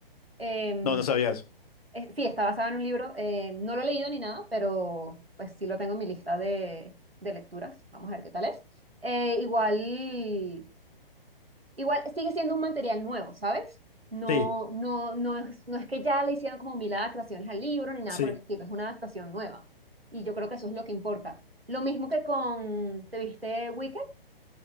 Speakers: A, on the right; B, on the left.
A: em,
B: No, no sabía eso.
A: eh, sí, está basada en un libro. eh, no lo he leído ni nada, pero pues sí lo tengo en mi lista de, de lecturas. Vamos a ver qué tal es. Eh, igual, igual sigue siendo un material nuevo, ¿sabes? No,
B: Sí,
A: no, no es, no es que ya le hicieron como mil adaptaciones al libro ni nada
B: sí.
A: por el estilo, es una adaptación nueva. Y yo creo que eso es lo que importa. Lo mismo que con, ¿te viste Wicked?